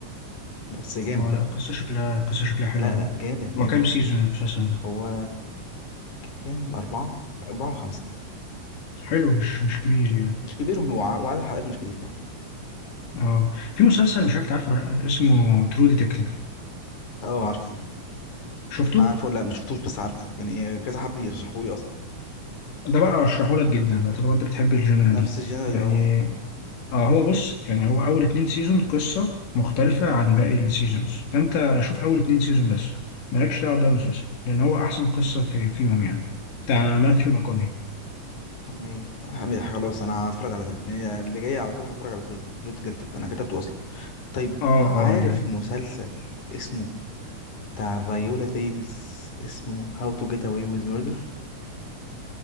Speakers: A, on the left (about 70°); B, on the left (about 85°).
A: بس جامد
B: اه
A: بقى
B: لا القصة شكلها القصة شكلها حلوة
A: لا
B: أوي.
A: لا جامد جامد
B: هو كام سيزون المسلسل ده؟
A: هو ك- كام أربعة أربعة وخمسة
B: حلو مش مش كبير يعني
A: مش كبير وع- وعدد حلقاته مش كتير كمان
B: اه في مسلسل مش عارف تعرفه ولا لأ اسمه ترو ديتكتيف
A: اه عارفه
B: شفته؟
A: عارفه لا ما شفتوش بس عارفه يعني كذا حد يرشحهولي اصلا
B: ده بقى ارشحه لك جدا بقى طالما انت بتحب الجنرا
A: نفس
B: دي
A: الجنرال
B: يعني
A: اه
B: اه هو بص يعني هو اول اتنين سيزون قصه مختلفه عن باقي السيزونز فانت شوف اول اتنين سيزون بس مالكش دعوه بقى مسلسل لان هو احسن قصه في فيهم يعني بتاع
A: ترو
B: ماثيو ماكوني
A: ماشي حبيبي، خلاص انا هتفرج على ده يعني اللي جاي على طول هتفرج على ترو ديتكتيف انا كتبته اصلا طيب
B: اه
A: عارف
B: اه يعني
A: مسلسل اسمه بتاع فايولا ديفيس اسمه هاو تو جيت اواي ويز ميردر